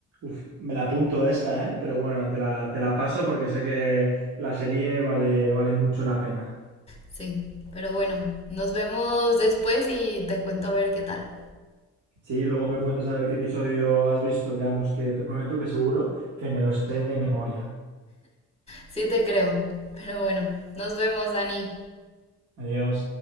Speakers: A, on the right; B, on the left.
A: Uf, me la apunto esta, ¿eh? Pero bueno, te la, te la paso porque sé que la serie vale, vale mucho la pena.
B: Sí, pero bueno, nos vemos después y te cuento a ver qué tal.
A: Sí, luego me cuentas a ver qué episodio has visto, que vamos, que te prometo que seguro que me lo sé de memoria.
B: Sí te creo. Pero bueno, nos vemos, Dani.
A: Adiós.